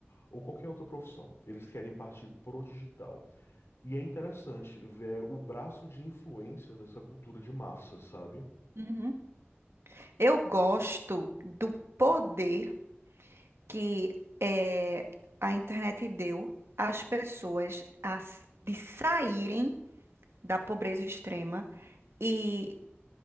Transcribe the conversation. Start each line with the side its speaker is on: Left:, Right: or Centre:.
Left: ou qualquer outra profissão. Eles querem partir pro digital. E é interessante ver o braço de influência dessa cultura de massa, sabe?
Right: uhum. Eu gosto do poder que eh, a internet deu às pessoas a s- de saírem da pobreza extrema e